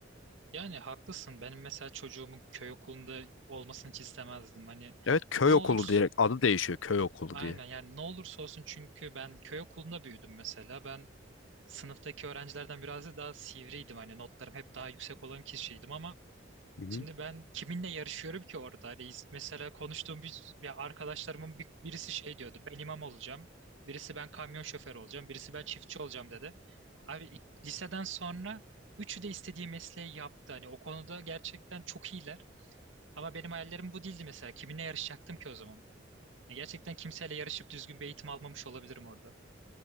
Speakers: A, on the right; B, on the left.
A: Yani haklısın. Benim mesela çocuğumun köy okulunda olmasını hiç istemezdim. Hani
B: Evet köy
A: ne olur
B: okulu diyerek adı değişiyor köy okulu
A: Aynen
B: diye.
A: yani ne olursa olsun çünkü ben köy okulunda büyüdüm mesela. Ben sınıftaki öğrencilerden biraz daha sivriydim. Hani notlarım hep daha yüksek olan kişiydim ama
B: Hı hı.
A: şimdi ben kiminle yarışıyorum ki orada? Hani mesela konuştuğum bir, bir arkadaşlarımın bir- birisi şey diyordu. Ben imam olacağım. Birisi ben kamyon şoförü olacağım. Birisi ben çiftçi olacağım dedi. Abi ilk- liseden sonra üçü de istediği mesleği yaptı. Hani o konuda gerçekten çok iyiler. Ama benim hayallerim bu değildi mesela. Kiminle yarışacaktım ki o zaman? Ya Gerçekten kimseyle yarışıp düzgün bir eğitim almamış olabilirim orada.